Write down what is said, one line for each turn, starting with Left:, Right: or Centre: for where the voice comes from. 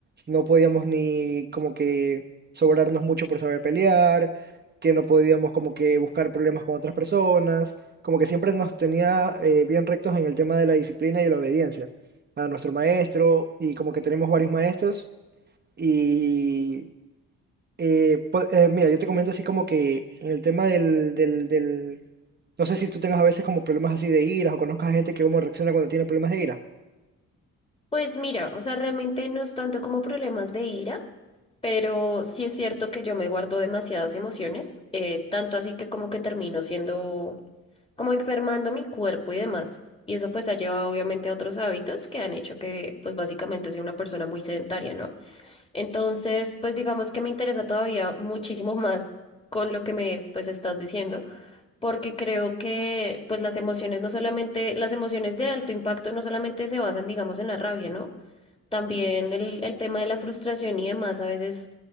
Right: No podíamos ni como que sobrarnos mucho por saber pelear, que no podíamos como que buscar problemas con otras personas, como que siempre nos tenía eh, bien rectos en el tema de la disciplina y la obediencia a nuestro maestro y como que tenemos varios maestros. Y eh, po- eh, mira, yo te comento así como que en el tema del, del, del... No sé si tú tengas a veces como problemas así de ira o conozcas a gente que cómo reacciona cuando tiene problemas de ira.
Left: Pues mira, o sea, realmente no es tanto como problemas de ira, pero sí es cierto que yo me guardo demasiadas emociones, eh, tanto así que como que termino siendo, como enfermando mi cuerpo y demás. Y eso pues ha llevado obviamente a otros hábitos que han hecho que pues básicamente sea una persona muy sedentaria, ¿no? Entonces, pues digamos que me interesa todavía muchísimo más con lo que me pues estás diciendo porque creo que pues las emociones no solamente, las emociones de alto impacto no solamente se basan, digamos, en la rabia, ¿no? También el, el tema de la frustración y demás, a veces